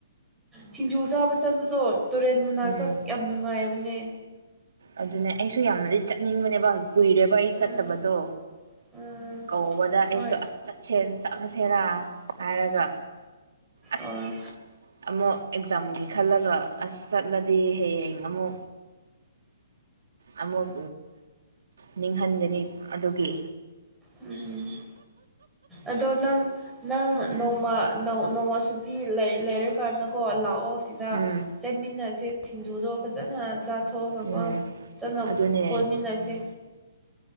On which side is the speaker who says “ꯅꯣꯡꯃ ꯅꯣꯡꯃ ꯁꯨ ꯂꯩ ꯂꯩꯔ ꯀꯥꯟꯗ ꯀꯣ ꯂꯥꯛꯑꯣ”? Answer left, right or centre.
Centre